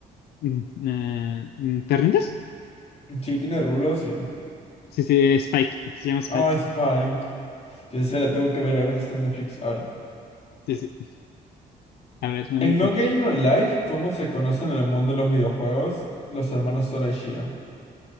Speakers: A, on the left (about 75°); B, on the left (about 40°).
A: Mm, eh, mm, ¿te rindes?
B: Sí, tiene rulos y...
A: Sí, sí, Spike, se llama Spike,
B: Oh, Spike. Sí, esa la tengo que ver ahora que está en Netflix. A ver.
A: sí, sí, a ver, una
B: En
A: pregunta.
B: No Game No Life, ¿cómo se conocen en el mundo de los videojuegos los hermanos Sora y Shiro?